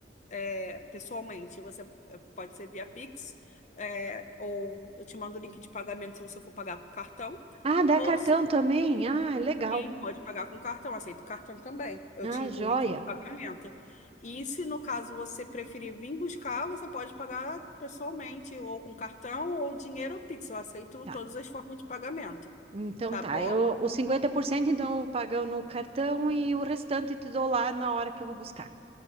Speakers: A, on the left; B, on the right.
A: é, pessoalmente. Você é, pode ser via Pix, é, ou eu te mando o link de pagamento se você for pagar com cartão.
B: Ah, dá
A: Ou
B: cartão
A: se
B: também? Ah, legal.
A: sim, pode pagar com cartão, aceito cartão também. Eu
B: Ah,
A: te envio
B: joia.
A: o link de pagamento. E se no caso você preferir vir buscar, você pode pagar pessoalmente, ou com cartão, ou dinheiro ou Pix. Eu aceito
B: Tá.
A: todas as formas de pagamento,
B: Então
A: tá
B: tá.
A: bom?
B: Eu, os 50%, então eu pago no cartão e o restante te dou lá na hora que eu vou buscar.